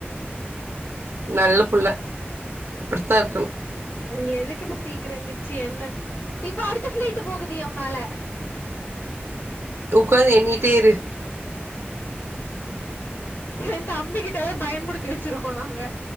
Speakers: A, on the right (about 75°); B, on the left (about 60°).
A: நல்ல புள்ள இப்படித்தா இர்க்கண்
B: இங்க எதுக்கு இப்ப சீக்கிரோ எந்திருச்சு என்ன இப்ப அடுத்த ஃபிளைட்டு போது எ மேல
A: உக்காந்து எண்ணிட்டே இரு
B: எ தம்பிகிட்ட வேற பயம்முறுத்தி வச்சிருக்கோம் நாங்க